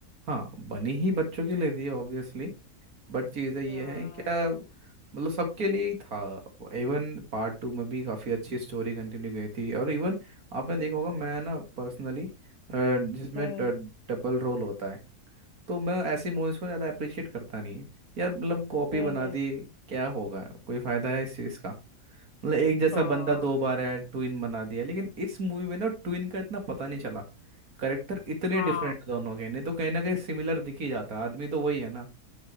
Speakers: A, on the right; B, on the left.
A: हाँ बनी ही बच्चों के लिए थी ऑब्वियसली बट चीज़ें ये
B: हाँ
A: हैं क्या मतलब सबके लिए ही था इवन पार्ट टू में भी काफ़ी अच्छी स्टोरी कंटिन्यू गई थी और इवन आपने देखा होगा मैं ना पर्सनली जिसमें
B: हम्म
A: डबल रोल होता है तो मैं ऐसी मूवीज़ को ज़्यादा अप्रिशिएट करता नहीं है यार मतलब कॉपी
B: हम्म
A: बना दी क्या होगा कोई फ़ायदा है इस चीज़ का मतलब एक जैसा
B: हाँ
A: बंदा दो बार है ट्विन बना दिया लेकिन इस मूवी में ना ट्विन का इतना पता नहीं चला करेक्टर इतने
B: हाँ
A: डिफरेंट दोनों के नहीं तो कहीं ना कहीं सिमिलर दिख ही जाता आदमी तो वही है ना